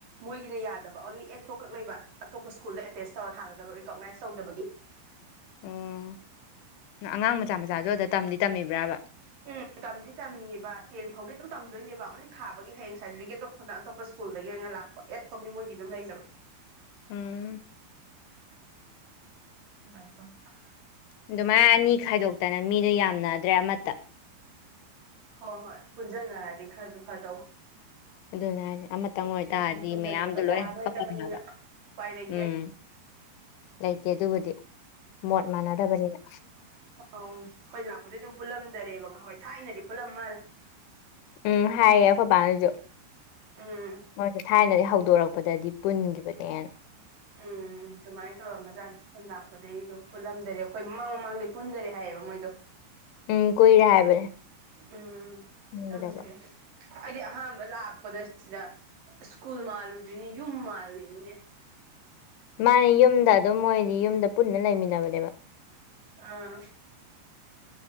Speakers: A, on the right; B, on the left.
A: ꯃꯣꯏꯒꯤꯅ ꯌꯥꯗꯕ ꯑꯣꯟꯂꯤ ꯑꯦꯠ ꯊꯣꯛꯈꯛ ꯂꯩꯕ ꯑꯇꯣꯞꯄ ꯁ꯭ꯀꯨꯜꯗ ꯑꯦꯇꯦꯆꯁ ꯇꯧꯔ ꯊꯥꯒꯗꯕ ꯔꯤꯀꯣꯛꯅꯥꯏꯁ ꯇꯧꯗꯕꯒꯤ
B: ꯎꯝ ꯑꯉꯥꯡ ꯃꯆꯥ ꯃꯆꯥꯖꯨ ꯑꯗ ꯇꯝꯗꯤ ꯇꯝꯃꯤꯕ꯭ꯔꯥꯕ
A: ꯎꯝ ꯇꯝꯗꯤ ꯇꯝꯃꯤꯕ ꯇꯦꯟ ꯐꯥꯎꯗꯤ ꯑꯗꯨꯝ ꯇꯝꯗꯣꯏꯅꯦꯕ ꯑꯣꯟꯂꯤ ꯊꯥꯒꯤ ꯍꯌꯦꯡ ꯁꯥꯔꯇꯤꯐꯤꯀꯦꯠꯇꯣ ꯈꯛꯇꯪ ꯑꯇꯣꯞꯄ ꯁ꯭ꯀꯨꯜꯗꯒꯤ ꯑꯣꯏꯅ ꯂꯥꯛꯄ ꯑꯦꯠ ꯐꯥꯎꯗꯤ ꯃꯣꯏꯒꯤ ꯑꯗꯨꯝ ꯂꯩꯖꯕ
B: ꯎꯝ
A: <unintelligible>
B: ꯑꯗꯨꯃꯥꯏ ꯑꯅꯤ ꯈꯥꯏꯗꯣꯛꯇꯅ ꯃꯤꯗꯣ ꯌꯥꯝꯅꯗ꯭ꯔꯦ ꯑꯃꯠꯇ
A: ꯍꯣꯏ ꯍꯣꯏ ꯄꯨꯟꯖꯟꯅꯔꯗꯤ ꯈꯔꯁꯨ ꯐꯗꯧꯕ
B: ꯑꯗꯨꯅ ꯍꯥꯏꯗꯤ ꯑꯃꯇꯪ
A: <unintelligible>
B: ꯑꯣꯏꯇꯥꯔꯗꯤ
A: ꯎꯝ ꯄꯨꯟꯖꯟꯗꯕ
B: ꯃꯌꯥꯝꯗꯣ
A: ꯌꯥꯔꯔꯣꯏꯗꯕꯅꯤꯅ
B: ꯂꯣꯏ ꯍꯥꯏꯕ
A: ꯎꯄꯥꯏ ꯂꯩꯇꯦ
B: ꯎꯝ ꯂꯩꯇꯦ ꯑꯗꯨꯕꯨꯗꯤ ꯃꯣꯠ ꯃꯥꯟꯅꯗꯕꯅꯤꯅ
A: ꯑꯥꯎ ꯈꯣꯏ ꯂꯥꯛꯄꯗꯩ ꯑꯗꯨꯝ ꯄꯨꯜꯂꯝꯗꯔꯦꯕ ꯉꯍꯥꯋꯥꯏ ꯊꯥꯏꯅꯗꯤ ꯄꯨꯜꯂꯝꯃꯥꯜꯂꯦ
B: ꯎꯝ ꯍꯥꯏꯌꯦ ꯑꯩꯈꯣꯏꯕꯥꯅꯖꯨ
A: ꯎꯝ
B: ꯃꯣꯏꯁꯦ ꯊꯥꯏꯅꯗꯤ ꯍꯧꯗꯣꯔꯛꯄꯗꯗꯤ ꯄꯨꯟꯈꯤꯕꯅꯦꯅ
A: ꯎꯝ ꯑꯗꯨꯃꯥꯏꯅ ꯇꯧꯔꯝꯕꯖꯥꯠꯅꯤ ꯈꯣꯏꯅ ꯂꯥꯛꯄꯗꯩꯗꯨꯝ ꯄꯨꯟꯂꯝꯗꯔꯦ ꯈꯣꯏ ꯃꯃꯥꯡ ꯃꯃꯥꯡꯗꯩ ꯄꯨꯟꯗꯔꯦ ꯍꯥꯏꯌꯦꯕ ꯃꯣꯏꯗꯣ
B: ꯎꯝ ꯀꯨꯏꯔꯦ ꯍꯥꯏꯕꯅꯦ
A: ꯎꯝ
B: ꯄꯨꯟꯈꯤꯗꯕ
A: ꯗ꯭ꯔꯦꯗ <unintelligible> ꯑꯩꯗꯤ ꯑꯍꯥꯟꯕ ꯂꯥꯛꯄꯗ ꯁꯤꯗ ꯁ꯭ꯀꯨꯜ ꯃꯥꯜꯂꯨꯗ꯭ꯔꯤꯅꯤ ꯌꯨꯝ ꯃꯥꯜꯂꯨꯏꯅꯤꯅꯦ
B: ꯃꯥꯅꯦ ꯌꯨꯝꯗ ꯑꯗꯨꯝ ꯃꯣꯏꯗꯤ ꯌꯨꯝꯗ ꯄꯨꯟꯅ ꯂꯩꯃꯤꯟꯅꯕꯅꯦꯕ
A: ꯑꯥ